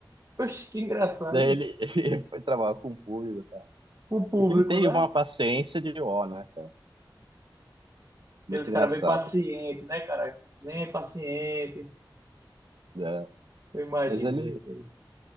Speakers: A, on the right (about 40°); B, on the right (about 85°).
A: Poxa, que engraçado.
B: Daí ele, <laughs> ele foi trabalhar com o público e tal.
A: O público,
B: E que ele tem
A: né?
B: uma paciência de ó, né, cara?
A: Aqueles
B: Muito
A: caras
B: engraçado,
A: bem pacientes, né, cara? Bem paciente.
B: né?
A: Eu imagino,
B: Mas ele,
A: gente.